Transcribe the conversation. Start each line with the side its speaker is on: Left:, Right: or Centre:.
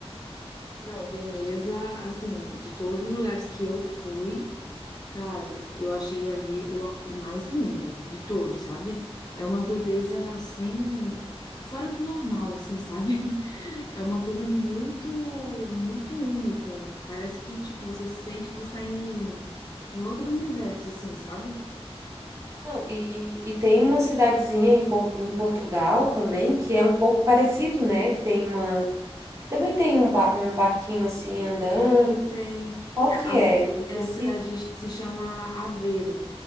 Left: Não, Veneza, assim, de todos os lugares que eu fui, cara, eu achei ali o, o mais lindo de todos, sabe? É uma beleza sem. Fora do normal, assim, sabe? <laughs> É uma coisa muito, muito única. Parece que, tipo, você sente que você tá em, em outro universo, assim, sabe?
Right: Não, e, e tem uma cidadezinha em, Por- em Portugal também que é um pouco parecido, né? Que tem uma, que também tem um, ba- um barquinho assim andando.
Left: Tem, tem.
Right: Qual
Left: É,
Right: que
Left: a,
Right: é?
Left: é,
Right: Esse,
Left: a cidade se chama Aveiro.